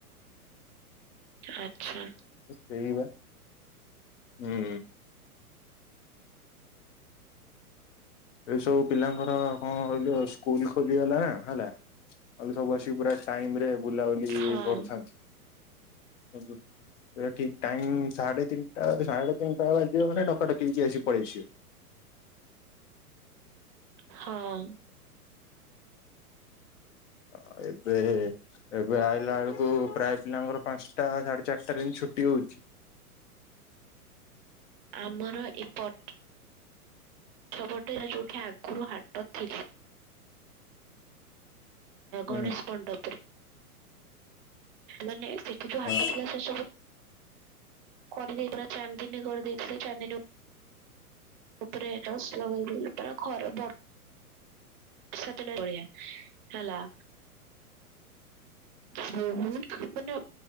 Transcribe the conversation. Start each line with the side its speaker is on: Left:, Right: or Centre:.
Right: ଆଛା।
Left: ସେଇ ବା, ହୁଁ। ଏଇ ସବୁ ପିଲାଙ୍କର କଣ ଯ ସ୍କୁଲ ଖୋଲିଗଲା ନା ହେଲା ଆ ସବୁ ଆସିକି ପୁରା ଟାଇମ ରେ ବୁଲାବୁଲି
Right: ହଁ
Left: କରୁଥାନ୍ତି, କିନ୍ତୁ ଏଟା ଠିକ। ଟାଇମ୍ ସାଢ଼େ ତିନିଟା ସାଢେ ତିନିଟା ବାଜିବ ମାନେ ଡକା ଡକି ହେଇକି ଆସିବେ। ପଳେଇ ଆସିବେ।
Right: ହଁ-ଅ-ଅ
Left: ଅ ଏବେ, ଏବେ ଆଇଲା ବେଳକୁ ପ୍ରାୟ ପିଲାଙ୍କର ପାଞ୍ଚଟା ସାଢେ ଚାରିଟା ଏମିତି ଛୁ ଛୁଟି ହଉଛି।
Right: ଆମର ଏପ <unintelligible> ଆଗରୁ ହାଟ ଥିଲା।
Left: ହୁଁ
Right: ଗଣେଶ ମଣ୍ଡପରୁ ମାନେ ସେଠି ଯୋଉ ହାଟ
Left: ହଁ
Right: ଥିଲା ସେ ସବୁ କରି ଦେଇପା ଚାଦିନୀ କରି ଦେଇଥିଲେ ଚାଦିନ ତା ଉପରେ ଏଟା ଲଗେଇ ପା ଘର ବ <unintelligible> ହେଲା। ବହୁତ ମାନେ